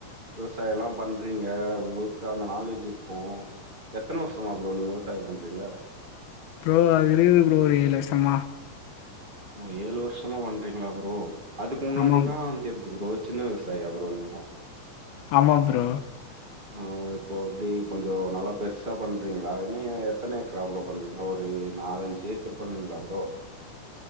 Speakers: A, on the right (about 35°); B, on the left (about 70°).
A: விவசாயல்லா பண்றீங்க உங்களுக்கு அந்த நாலேஜ் இருக்கு எத்தன வருஷமா ஃப்ரோ நீங்க விவசாயம் பண்றீங்க
B: ஃப்ரோ அது இருக்குது ஃப்ரோ ஒரு ஏழு வர்ஷமா
A: ஓ ஏழு வருஷமா பண்றீங்களா ஃப்ரோ அதுக்கு முன்னாடில்லா
B: ஆமாம்
A: வந்து எப் எப்டி ஃப்ரோ சின்ன விவசாயியா ஃப்ரோ நீங்க
B: ஆமா ஃப்ரோ
A: அ இப்போ எப்டி கொஞ்சொ நல்லா பெருசா பண்றீங்களா இன்னு எத்தன ஏக்கரா ஃப்ரோ பண்றீங்க ஒரு நாலஞ்சு ஏக்கர் பண்ணுவீங்களா ஃப்ரோ